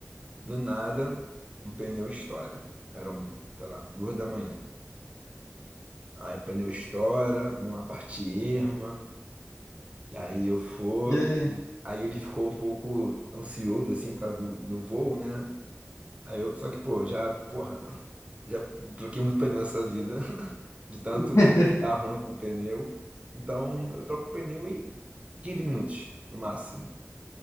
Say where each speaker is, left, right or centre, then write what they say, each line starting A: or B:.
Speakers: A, on the right; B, on the left.
A: do nada, um pneu estoura. Eram, sei lá, duas da manhã. Aí o pneu estoura, numa parte erma, e aí eu for.
B: E aí?
A: Aí ele ficou um pouco ansioso, assim, por causa do, do voo, né? Aí eu, só que, pô, já, porra, <laughs> já troquei muito pneu nessa vida, <laughs> de tanto
B: <laughs>
A: dar ruim com pneu. Então, eu troco o pneu em 15 minutos, no máximo.